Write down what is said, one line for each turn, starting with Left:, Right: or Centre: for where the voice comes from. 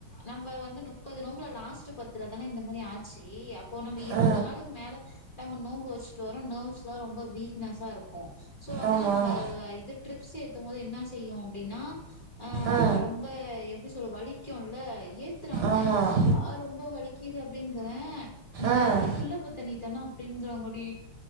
Left: நம்ம வந்து முப்பது நோம்புல லாஸ்ட்டு பத்துல தான இந்த மாரி ஆச்சி அப்போ நம்ம இருவது
Right: ஆ
Left: நாளு மேல நம்ம நோம்பு வெச்சுட்டு வரோ நோவ்ஸ் எல்லா ரொம்ப வீக்னஸா இருக்கு சோ வந்து
Right: ஆமாம்
Left: நம்ப இது ட்ரிப்ஸ்ஸு ஏத்தும் போது என்ன செய்யு அப்டின்னா அ
Right: ஆ
Left: ரொம் ம்ப எப்டி சொல்ல வலிக்குல்ல ஏத்துறாங்க
Right: ஆமாம்
Left: ஆ ரொம்ப வலி க்கிது அப்டிங்குற நீ
Right: ஆ
Left: ஏற்கனவே குள்ளா பத்தனி தான அப்டிங்கறாங்கடி